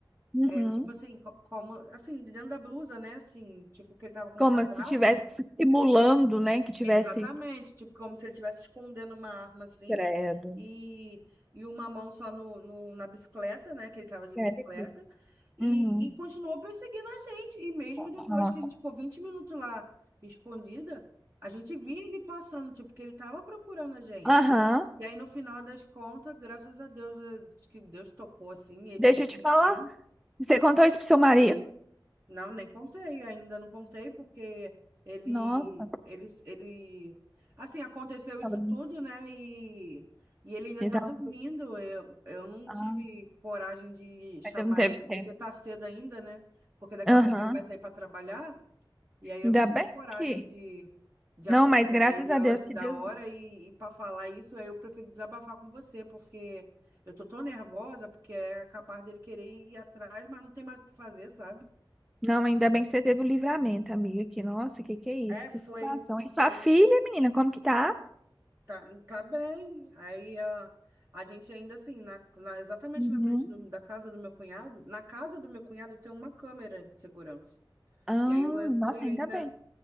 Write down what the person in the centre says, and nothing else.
Uhum.
Como
se tivesse simulando, né? Que tivesse.
Credo.
Credo.
Uhum.
Ó.
Aham.
Deixa
eu te falar. Você contou isso pro seu marido?
Nossa,
tava...
ele
tava.
Ah,
mas não teve
tempo.
Aham.
Ainda
bem
que.
Não,
mas graças
a
Deus que
Deus
Não, ainda bem que você teve o livramento, amiga. Que, nossa, que que é isso?
Que situação. E sua
filha, menina, como que tá?
Uhum.
Ah,
nossa, ainda
bem.